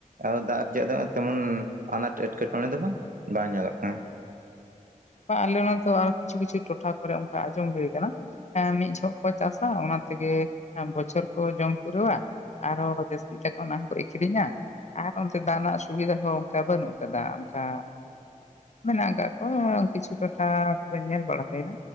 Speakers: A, on the right; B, on the left.
A: ᱟᱫᱚ ᱫᱟᱜ ᱨᱮᱭᱟᱜ ᱫᱚ ᱛᱮᱢᱚᱱ ᱟᱱᱟᱴ ᱮᱴᱠᱮᱴᱚᱲᱮ ᱫᱚ ᱵᱟᱝ, ᱵᱟᱝ ᱧᱮᱞᱚᱜ ᱠᱟᱱᱟ ᱾
B: ᱵᱟ ᱟᱞᱮ ᱚᱱᱟ ᱛᱚ ᱟᱨ ᱠᱤᱪᱷᱩ ᱠᱤᱪᱷᱩ ᱴᱚᱴᱷᱟ ᱠᱚᱨᱮ ᱚᱱᱠᱟ ᱟᱸᱡᱚᱢ ᱦᱩᱭ ᱠᱟᱱᱟᱼᱼ ᱮᱸ ᱢᱤᱫ ᱡᱚᱦᱚᱜ ᱠᱚ ᱪᱟᱥᱟ ᱚᱱᱟ ᱛᱮᱜᱮ ᱵᱚᱪᱷᱚᱨ ᱠᱚ ᱡᱚᱢ ᱯᱩᱨᱟᱹᱣᱟ ᱾ ᱟᱨᱦᱚᱸ ᱡᱟᱹᱥᱛᱤ ᱛᱮᱠᱚ ᱚᱱᱟ ᱠᱚ ᱟᱹᱠᱷᱨᱤᱧᱟ ᱾ ᱟᱨ ᱚᱱᱛᱮ ᱫᱟᱜ ᱨᱮᱱᱟᱜ ᱥᱩᱵᱤᱫᱟ ᱠᱚ ᱚᱱᱠᱟ ᱵᱟᱹᱱᱩᱜ ᱠᱟᱫᱟ ᱚᱱᱠᱟ ᱢᱮᱱᱟᱜ ᱟᱠᱟᱜ ᱳᱭ ᱦᱚᱸ ᱠᱤᱪᱷᱩ ᱴᱚᱴᱷᱟ ᱠᱚᱨᱮ ᱧᱮᱞ ᱵᱟᱲᱟ ᱦᱩᱭᱱᱟ